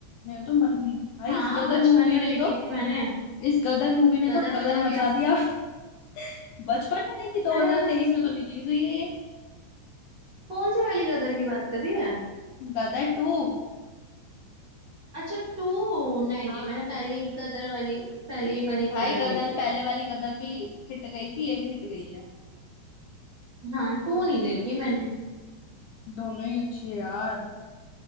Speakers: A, on the left; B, on the right.
A: मैं तो मन भाई
B: हाँ
A: इस गदर
B: बचपन
A: मूवी
B: में
A: ने
B: देखी
A: तो
B: थी मैंने
A: इस गदर मूवी ने
B: गदर
A: तो गदर
B: मचा
A: मचा
B: दिया
A: दिया <laughs> बचपन में देखी 2023
B: अरे मैंने
A: में तो रिलीज हुई है ये
B: कौन सी वाली गदर की बात कर रही है
A: गदर टू
B: अच्छा टू नहीं
A: हाँ
B: नहीं मैंने पहली गदर वाली पहली वाली
A: भाई
B: गदर
A: गदर
B: देखी है
A: पहले वाली गदर भी हिट गई थी ये भी हिट गई है
B: हाँ टू नहीं देखी मैंने
A: दोनों ही अच्छी है यार